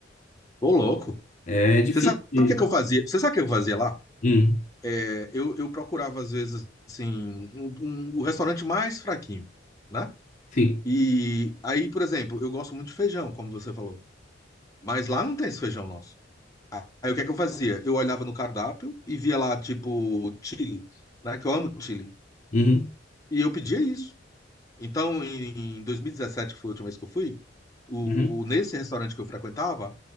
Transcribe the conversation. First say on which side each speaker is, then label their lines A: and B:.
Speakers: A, on the left (about 20°); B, on the left (about 40°).
A: Ô, louco.
B: É difícil.
A: Você sabe
B: de-
A: o que é que eu fazia? Você sabe o que eu fazia lá?
B: Hum,
A: É, eu, eu procurava, às vezes, assim, um- um- o restaurante mais fraquinho, né?
B: sim.
A: E aí, por exemplo, eu gosto muito de feijão, como você falou. Mas lá não tem esse feijão nosso. Aí o que é que eu fazia? Eu olhava no cardápio e via lá, tipo, Chile, né? Que eu amo Chile.
B: Uhum,
A: E eu pedia isso. Então, em, em 2017, que foi a última vez que eu fui, o,
B: uhum,
A: o- nesse restaurante que eu frequentava,